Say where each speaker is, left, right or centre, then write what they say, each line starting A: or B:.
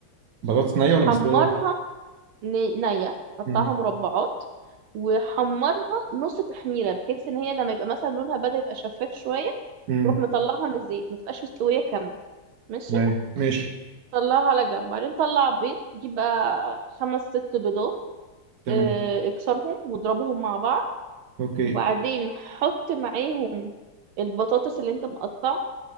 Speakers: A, on the right; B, on the right.
A: بطاطس نيه ولا
B: حمرها
A: مستويه
B: ني- نيه قطعها
A: امم
B: مربعات وحمرها نص تحميره بحيث ان هي لما يبقى مثلا لونها بدأ يبقى شفاف شويه
A: امم
B: تروح مطلعها من الزيت ما تبقاش مستويه كامله ماشي
A: تمام ماشي
B: طلعها على جنب بعدين طلع بيض جيب بقى خمس ست بيضات
A: تمام
B: آه، اكسرهم واضربهم مع بعض
A: اوكي
B: وبعدين حط معاهم البطاطس اللي انت مقطعها